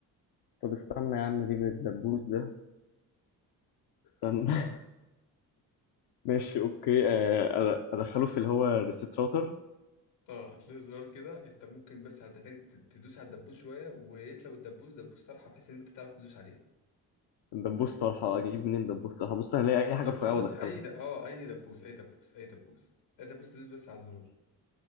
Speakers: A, on the left; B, on the left.
A: طب استنى يا عم اجيب الدبوس ده استنى <laughs> ماشي اوكي آه أد- ادخله في اللي هو الريسيت راوتر
B: اه هتلاقي الزرار كده انت ممكن بس هتحتاج تدوس على الدبوس شويه ويا ريت لو الدبوس دبوس طرحه بحيث ان انت تعرف تدوس عليه
A: الدبوس صراحة أجيب منين دبوس صراحة بص هنلاقي أي حاجة
B: طب
A: رفيعة
B: خلاص
A: وأدخلها
B: اي د... اه اي دبوس اي دبوس اي دبوس اي دبوس تدوس بس على الزرار